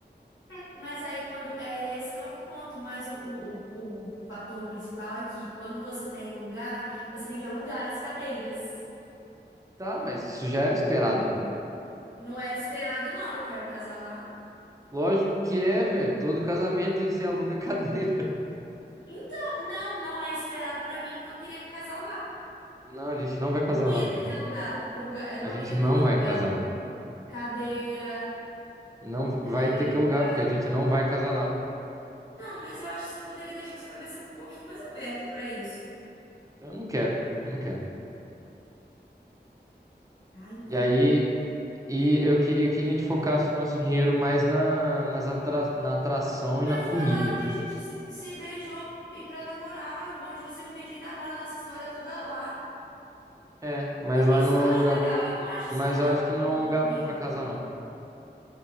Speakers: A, on the left (about 85°); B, on the right (about 20°).
A: É, Mas aí quando. É e é esse que é o ponto. Mas o, o, o, o fator principal é que quando você tem um lugar, você tem que alugar as cadeiras.
B: Tá, mas isso já era esperado.
A: Não era esperado, não. Eu quero casar lá.
B: Lógico que é, velho. Todo casamento você aluga cadeira. <laughs>
A: Então, não, não é esperado pra mim, porque eu queria casar lá.
B: Não, a gente não vai casar
A: Eu não ia
B: lá, amor.
A: ter que alugar lugar. Eu
B: A
A: não
B: gente
A: ia
B: não
A: ter que
B: vai
A: alugar
B: casar lá.
A: cadeira.
B: Não vai
A: Eu não
B: ter
A: ia
B: que
A: alugar.
B: alugar, porque a gente não vai casar lá.
A: Não, mas eu acho que você poderia deixar sua cabeça um pouquinho mais aberta pra isso.
B: Eu não quero, eu não quero.
A: Ah, então,
B: E aí,
A: né?
B: e eu queria que a gente focasse o nosso dinheiro mais na, nas atra, na atração e
A: Mas
B: na comida.
A: foi lá onde a gente se, se beijou e pra namorar, onde você me pediu em namoro a nossa história toda lá.
B: É, mas
A: É
B: lá
A: isso
B: não
A: que
B: é
A: eu
B: um
A: acho
B: lugar.
A: legal. Eu não acho só
B: Mas
A: legal
B: eu acho
A: por
B: que
A: conta
B: não é
A: do
B: um lugar
A: dinheiro.
B: bom pra casar, não.